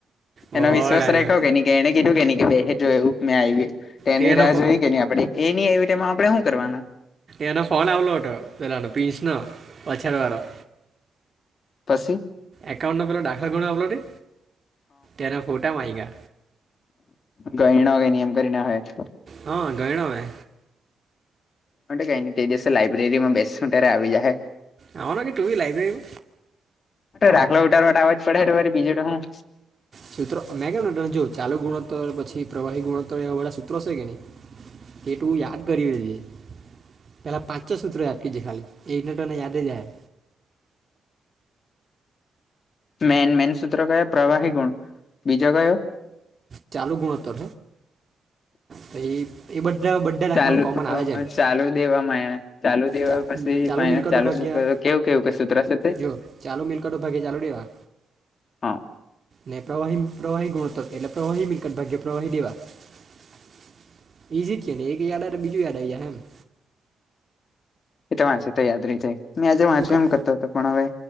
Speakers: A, on the right; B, on the left.
A: બહુ
B: એના વિશ્વાસ
A: ડાયલા
B: રાખો કેને કે એને કીધું કેને કે બેટ મે તે
A: તેનો
B: એની રાહ
A: ફો
B: જોઈ કે નહી, આપે એની એમાં આપણે શું કરવાના
A: નના ફોન આવવલોટ વલાનો પીન્ચના વછડવારા
B: પછ
A: એકાઉન્ટ નંબર દાખલ કર અપલોડે તેના ફોટા માગા
B: ગય ન કેઈ નિયમ કરી ના હ
A: હા ગયણમે
B: માટે કઈ તે દિવસે લાઈબ્રેરીમાં બેસ ત્યારે આવી જાય.
A: આવવાનો કે તું બી લાઇબ્રેરી
B: રાખલો ઉઠારવા માટે આવવાજ પડે મારી બીજો હુ
A: સૂત્ર મેગનટન જો ચાલુ ગુણોતર પછી પ્રવાહી ગુણોત્તર એવા વાળા સૂત્રો હશે કે નહીઈ એ તું યાદ કરી દેજે પહેલા પાં છ સૂત્ર આપટકી જે ખાલી એઇનેટ યાદે જાય
B: મેન મેન સૂત્ર કયા પ્રવાહી ગુણ બીજો કયો
A: ચાલુ ગુણોત્તર છે એ એ બધા બધા દાખલામાં
B: ચાલુ
A: કોમન આવે છે એમ
B: ચાલુ દે મા ચાલુ દેવા
A: ચા
B: પછી મા
A: મિલકતો
B: ચાલુ
A: ભાગ્યા
B: મક કેવું કેવું કે સુત્રરાશે તે
A: જો ચાલુ મિલકતો ભાગે ચાલુ દેવા
B: હા
A: ને પ્ર પ્રવાહી ગુણોતર એટલે પ્રવાહી મિલકત ભાગ્ય પ્રવાહી દેવા ઈજીી ક ને એક યાદ આવે બીજું યાદ આવી હમ
B: એ તો વાંચું તો યાદ રહી જાય મે આજે વાંચું
A: તું ખા
B: એમ કરતો હતો પણ હવે